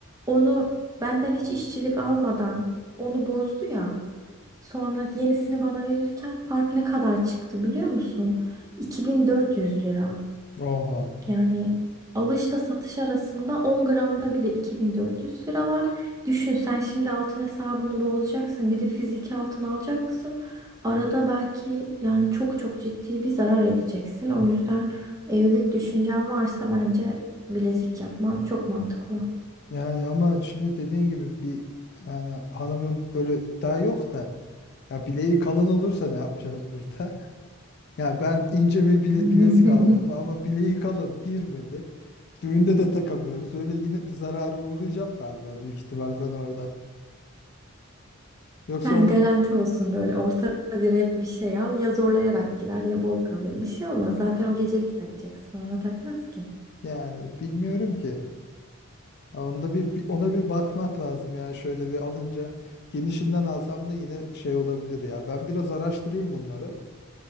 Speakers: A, on the right; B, on the left.
A: Onu benden hiç işçilik almadan onu bozdu ya. Sonra yenisini bana verirken fark ne kadar çıktı biliyor musun? 2400 lira.
B: oha.
A: Yani alışla satış arasında 10 gramda bile 2400 lira var. Düşün sen şimdi altın hesabını bozacaksın. Gidip fiziki altın alacaksın. Arada belki yani çok çok ciddi bir zarar edeceksin. O yüzden evlilik düşüncen varsa bence bilezik yapman çok mantıklı.
B: Yani ama şimdi dediğin gibi bir yani hanımın böyle daha yok da ya bileği kalın olursa ne yapacağız burada? <laughs> Ya ben ince bir bile-
A: <laughs>
B: bilezik aldım ama bileği kalın girmedi. Düğünde de takamıyoruz. Öyle yine bir zarara uğrayacağım galiba büyük ihtimal ben orada. Yoksa
A: Sen
B: onu
A: garanti olsun böyle orta direkt bir şey al. Ya zorlayarak girer ya bol kalır. Bir şey olmaz. Zaten o gecelik takacak. Sonra takmaz ki.
B: yani bilmiyorum ki. Ya Onda bir, bir- ona bir bakmak lazım yani şöyle bir alınca genişinden alsam da yine şey olabilir ya. Ben biraz araştırayım bunları.